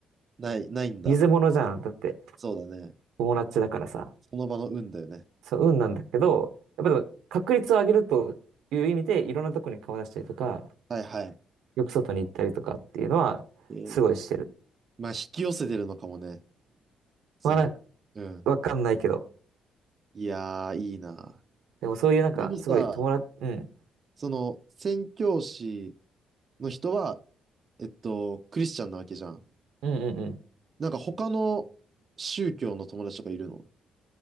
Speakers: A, on the right; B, on the right.
A: ない、ないんだ。
B: 水物じゃん。だって。
A: そうだね。
B: 友達だからさ、
A: その場の運だよね。
B: そう、運なんだけど、やっぱでも確率を上げるという意味で、いろんなとこに顔出したりとか、
A: はいはい。
B: よく外に行ったりとかっていうのは、
A: えー、
B: すごいしてる。
A: まあ、引き寄せてるのかもね。その、
B: まあなんか、
A: うん。
B: わかんないけど。
A: いやー、いいな。
B: でもそういうなんか、
A: 本当にさ、
B: すごい友達、うん。
A: その、宣教師の人は、えっと、クリスチャンなわけじゃん。
B: うんうんうん。
A: なんか他の宗教の友達とかいるの